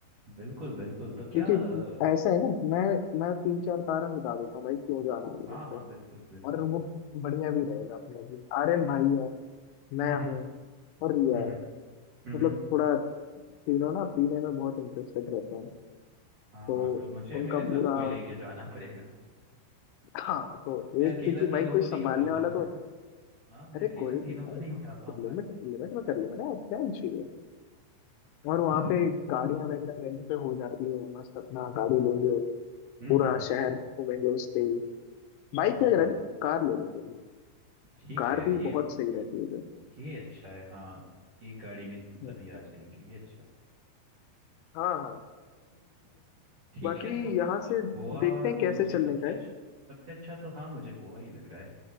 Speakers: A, on the right; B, on the left.
A: बिल्कुल बिल्कुल तो क्या
B: देखिए
A: अ,
B: ऐसा है ना मैं मैं तीन चार कारण बता देता हूँ भाई क्यों जाना है हम
A: हाँ
B: लोग
A: हाँ
B: को
A: बिल्कुल बिल्कुल
B: और वो बढ़िया भी रहेगा अपने लिए आर्यन भाई है मैं
A: हम्म हम्म
B: हूँ और रिया
A: हम्म
B: है
A: हम्म,
B: मतलब
A: हम्म।
B: थोड़ा तीनों ना पीने में बहुत इंटरेस्टेड रहते हैं
A: हाँ
B: तो
A: तो मुझे
B: उनका
A: मेरे साथ
B: पूरा
A: कोई लेके जाना पड़ेगा
B: हाँ तो
A: मैं
B: एक
A: अकेला
B: क्योंकि
A: तीनों
B: भाई कोई
A: को
B: संभालने
A: नहीं उठा
B: वाला
A: पाऊंगा
B: तो
A: ना हाँ मैं
B: अरे
A: अकेला
B: कोई नहीं
A: तीनों
B: यार
A: को नहीं उठा पाऊंगा
B: तो लिमिट
A: ना
B: लिमिट में कर लेंगे ना यार क्या इशू है
A: अच्छा
B: और वहाँ पे गाड़ियाँ वगैरह रेंट पे हो जाती है मस्त अपना गाड़ी लेंगे
A: हम्म
B: पूरा
A: हम्म हम्म
B: शहर घूमेंगे उस पे ही बाइक
A: हाँ
B: वगैरह
A: हाँ
B: नहीं कार ले लेंगे उधर।
A: ठीक
B: कार
A: है
B: भी
A: ये
B: बहुत सही
A: ये,
B: रहती है
A: ये अच्छा है हाँ एक गाड़ी में
B: उधर
A: सभी आ जाएंगे ये अच्छा
B: हाँ हाँ
A: है। ठीक
B: बाकी
A: है तो
B: यहाँ
A: गोवा
B: से देखते हैं
A: तो
B: कैसे
A: मुझे
B: चलने
A: सबसे
B: का है
A: अच्छा सबसे अच्छा तो हाँ मुझे गोवा ही लग रहा है